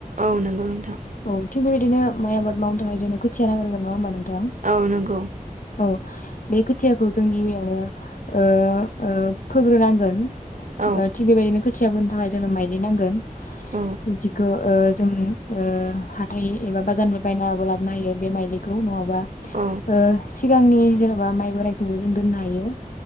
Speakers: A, on the right; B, on the left.
A: औ नंगौ नोंथां।
B: औ थिग बेबायदिनो माइ आबाद मावनो थाखाय जोंनो खोथिया नांग्रोगोन नङा होनबा नों। थां
A: औ नंगौ
B: औ बे खोथियाखौ जों गिबियावनो ओ ओ फोग्रोनांगोन। ओ
A: औ
B: थिग बेबायदिनो खो- खोथियाबोनो थाखाय जोंनो माइलि नांगोन
A: औ
B: जिखौ ओ जों। ओ हाथाय एबा बाजारनिफ्राय बायनाबो लाबोनो हायो बे माइलिखौ नङाब। बा
A: औ
B: ओ। सिगांनि जेनेबा माइ बोराइखौबो जों दोननो हायो।